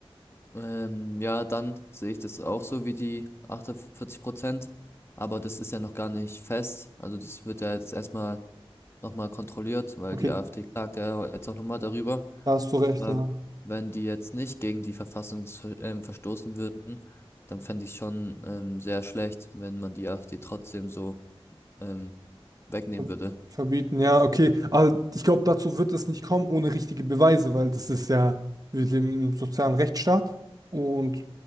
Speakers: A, on the left; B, on the right.
A: Ähm, ja, dann sehe ich das auch so wie die 48 Prozent. Aber das ist ja noch gar nicht fest. Also das wird ja jetzt erstmal nochmal kontrolliert, weil
B: Okay,
A: die AfD klagt ja jetzt auch nochmal darüber.
B: da hast du recht,
A: Aber
B: ja.
A: wenn die jetzt nicht gegen die Verfassung ver- ähm, verstoßen würden, dann fände ich schon ähm, sehr schlecht, wenn man die AfD trotzdem so ähm, wegnehmen
B: Ver-
A: würde.
B: Verbieten, ja, okay. Aber ich glaube, dazu wird es nicht kommen ohne richtige Beweise, weil das ist ja, wir leben im sozialen Rechtsstaat und